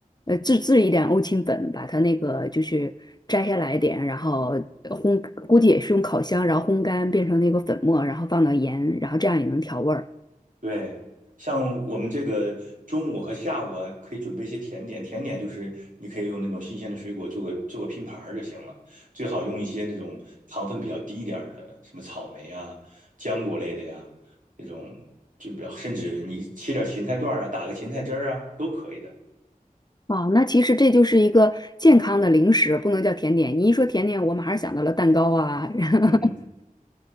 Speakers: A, on the left; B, on the right.
A: 呃，自制一点欧芹粉，把它那个就是摘下来一点，然后呃烘，估计也是用烤箱，然后烘干变成那个粉末，然后放到盐，然后这样也能调味儿。
B: 对，像我们这个中午和下午啊，可以准备一些甜点。甜点就是你可以用那种新鲜的水果做个做个拼盘儿就行了，最好用一些那种糖分比较低一点儿的，什么草莓啊、浆果类的呀，这种就比较，甚至你切点芹菜段儿啊，打个芹菜汁儿啊，都可以的。
A: 哦，那其实这就是一个健康的零食，不能叫甜点。你一说甜点，我马上想到了蛋糕啊，<laughs>
B: 嗯